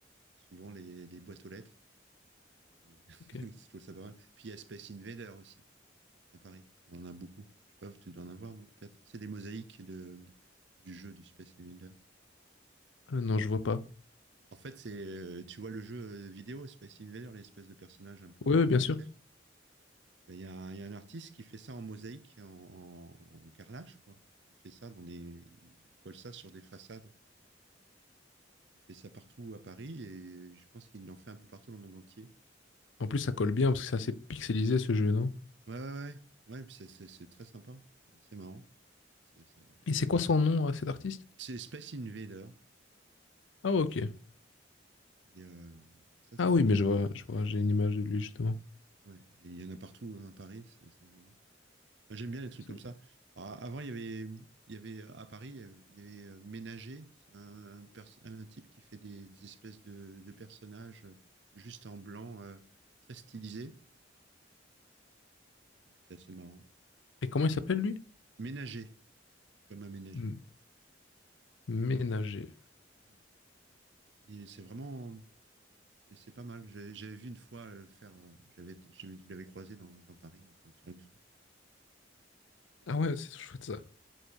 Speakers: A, on the right; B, on the left.
A: souvent les, les boîtes aux lettres. Et <laughs>
B: Ok.
A: je trouve ça pas mal. Puis il y a Space Invader aussi. à Paris. On en a beaucoup. Je sais pas, tu dois en avoir, non, peut-être. C'est des mosaïques de, du jeu du Space Invader.
B: Ah non, je vois pas.
A: En fait, c'est, euh, tu vois le jeu euh, vidéo Space Invader, l'espèce de personnage un peu
B: Oui,
A: en
B: oui, bien
A: pixel.
B: sûr.
A: Ben, Il y, a un- il y a un artiste qui fait ça en mosaïque, en, en- en carrelage, quoi. Il fait ça dans les, il il colle ça sur des façades. Il fait ça partout à Paris et je pense qu'il en fait un peu partout dans le monde entier.
B: En plus, ça colle bien parce que c'est assez pixelisé ce jeu, non?
A: Ouais, ouais, ouais. Ouais, puis c'est c'est- c'est très sympa. C'est assez marrant. C'est c'est-
B: Et c'est quoi son nom à cet artiste?
A: c'est Space Invader.
B: Ah ok.
A: Et, euh, et ça, c'est
B: Ah oui, mais je vois, je vois, j'ai une image de lui justement.
A: Ouais, et il y en a partout hein, à Paris, c'est c'est marrant. Moi, J'aime bien les trucs
B: C'est-
A: comme ça. Alors, avant, il y avait, il y avait euh, à Paris, il y avait, il y avait, euh, Ménager, c'est un, un pers- un type qui fait des, des espèces de, de personnages euh, juste en blanc, euh, très stylisés. C'est assez marrant.
B: Et comment il s'appelle lui?
A: Ménager, comme un ménager.
B: M- Ménager.
A: Ouais. Et c'est vraiment, c'est c'est pas mal. J'avais j'avais vu une fois euh, faire, euh, j'avais, je l'avais croisé dans, dans Paris en train de faire une,
B: Ah ouais, c'est chouette ça.